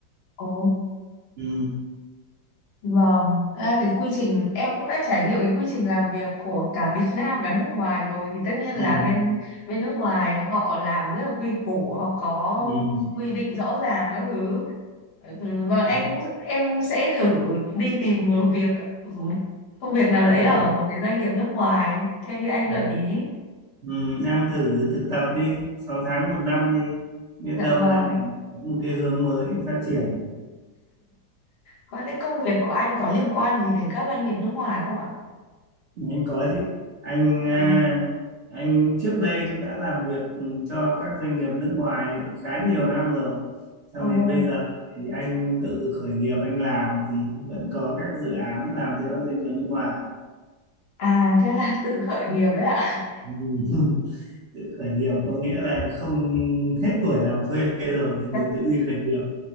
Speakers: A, on the left; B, on the right.
A: ồ.
B: ừ,
A: Vâng, thật ra cái quy trình em cũng đã trải nghiệm cái quy trình làm việc của cả Việt <laughs> Nam cả nước ngoài rồi thì tất nhiên là
B: ừ,
A: bên bên nước ngoài họ làm rất là quy củ, họ có
B: ừ, ừ.
A: quy định rõ ràng các thứ. Ừ, Vâng, em
B: đúng,
A: cũng em sẽ thử đi tìm một việc công việc nào đấy
B: đúng
A: ở
B: rồi
A: một cái doanh nghiệp nước ngoài theo như anh
B: Ừ.
A: gợi ý.
B: Ừ, em thử thực tập đi 6 tháng một năm đi biết
A: Dạ
B: đâu
A: vâng.
B: lại có một cái hướng mới để phát triển
A: Có cái công việc của anh có liên quan gì đến các doanh nghiệp nước ngoài không ạ?
B: anh có chứ anh à,
A: À,
B: anh trước đây anh đã làm việc ừ, cho các doanh nghiệp nước ngoài khá nhiều năm rồi sau
A: ồ,
B: này bây giờ thì anh tự khởi nghiệp anh làm thì vẫn có các dự án làm cho các doanh nghiệp nước ngoài
A: à thế là tự khởi nghiệp đấy ạ.
B: ừ. <laughs> tự khởi nghiệp có nghĩa là không hết tuổi làm thuê rồi thì,
A: <laughs>
B: thì tự đi khởi nghiệp